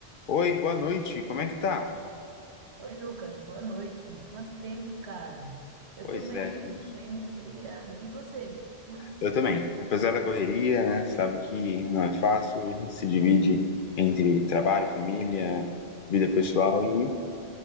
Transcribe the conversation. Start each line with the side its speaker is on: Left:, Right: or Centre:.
Left: Oi, boa noite, como é que tá?
Right: Oi, Lucas, boa noite. Quanto tempo, cara? Eu
Left: Pois
Right: tô bem,
Left: é, gente.
Right: tô bem, muito obrigado. E você? Como é que você
Left: eu também.
Right: tá?
Left: Apesar da correria, né, sabe que não é fácil, a gente se divide entre trabalho, família, vida pessoal
Right: É,
Left: e